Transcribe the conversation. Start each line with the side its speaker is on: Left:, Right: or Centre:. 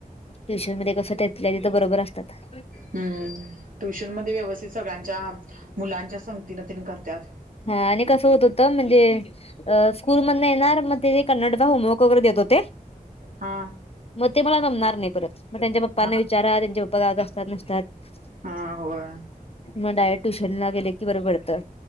Left: ट्युशन मध्ये कस, त्यातल्या तिथ बरोबर असतात.
Right: हम्म, ट्युशनमध्ये व्यवस्थित सगळ्यांच्या मुलांच्या संगतीन तेन करतात.
Left: हा आणि कसं होत होत म्हणजे स्कूल मधन येणार मग ते कन्नडचा होमवर्क वगैरे देत होते.
Right: हां.
Left: म ते मला जमणार नाय परत म त्यांच्या पप्पाना
Right: हा
Left: विचारा त्यांचे पप्पा गावा असतात नसत्यात,
Right: हा होय
Left: म डायरेक्ट ट्युशनला गेल की बरं पडत.